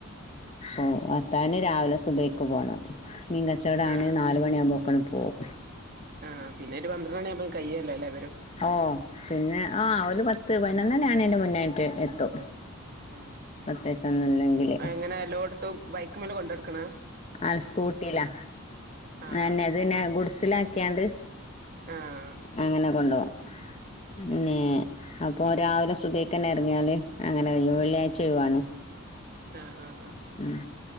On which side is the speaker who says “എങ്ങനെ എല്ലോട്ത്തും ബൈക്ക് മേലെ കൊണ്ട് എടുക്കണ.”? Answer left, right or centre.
Right